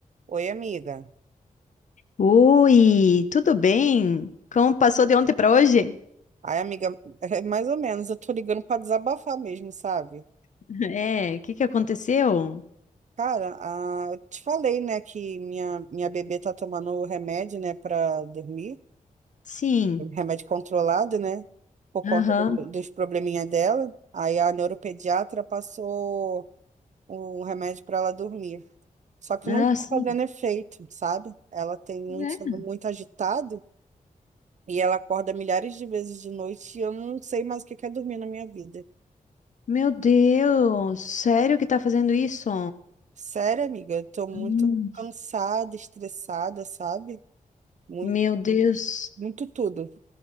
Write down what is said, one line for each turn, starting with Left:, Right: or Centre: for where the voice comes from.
Right: Oi, amiga.
Left: Oi, tudo bem? Como passou de ontem para hoje?
Right: Ai, amiga, é mais ou menos, eu tô ligando pra desabafar mesmo, sabe?
Left: <laughs> É, o que que aconteceu?
Right: Cara, ah, eu te falei, né, que minha, minha bebê tá tomando remédio, né, pra dormir,
Left: Sim.
Right: um remédio controlado, né, por conta
Left: Aham.
Right: do- dos probleminha dela. Aí a neuropediatra passou um remédio pra ela dormir. Só que
Left: Ah,
Right: não tá
Left: sim.
Right: fazendo efeito, sabe? Ela tem um
Left: É.
Right: sono muito agitado e ela acorda milhares de vezes de noite e eu não sei mais o que que é dormir na minha vida.
Left: Meu Deus, sério que tá fazendo isso?
Right: Sério, amiga, eu tô muito
Left: Hum,
Right: cansada, estressada, sabe? Muito,
Left: Meu Deus.
Right: muito tudo.